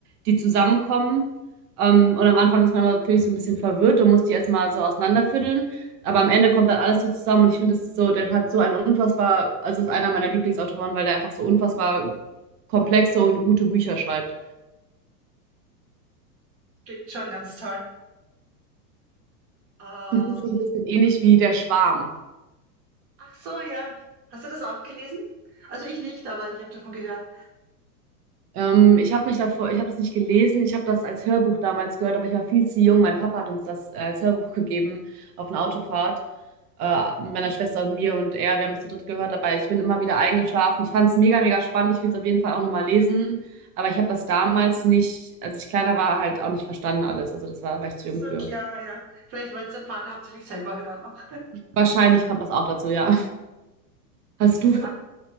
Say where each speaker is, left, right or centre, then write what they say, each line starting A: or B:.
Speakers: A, on the right; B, on the right.
A: die zusammenkommen. Ähm, und am Anfang ist man immer, finde so ein bisschen verwirrt und muss die erstmal so auseinanderfütteln. Aber am Ende kommt dann alles so zusammen und ich finde, das ist so, der hat so einen unfassbar, also ist einer meiner Lieblingsautoren, weil der einfach so unfassbar komplexe und gute Bücher schreibt.
B: klingt schon ganz toll. Ähm,
A: Das ist so ein bisschen ähnlich wie Der Schwarm.
B: ach so, ja. Hast du das auch gelesen? Also ich nicht, aber ich habe davon gehört.
A: Ähm, ich habe nicht davor, ich habe das nicht gelesen, ich habe das als Hörbuch damals gehört, aber ich war viel zu jung. Mein Papa hat uns das äh, als Hörbuch gegeben auf einer Autofahrt. äh, meiner
B: Ja,
A: Schwester und mir und er, wir haben es zu dritt gehört, aber ich bin immer wieder eingeschlafen. Ich fand es mega, mega spannend. Ich will es auf jeden Fall auch nochmal lesen. Aber ich habe das damals nicht, als ich kleiner war, halt auch nicht verstanden alles. Also das war, war ich zu
B: so
A: jung für.
B: klar, ja. Vielleicht wollte es dein Vater hauptsächlich selber hören auch.
A: Wahrscheinlich kommt das auch dazu, ja. Hast
B: <laughs>
A: du,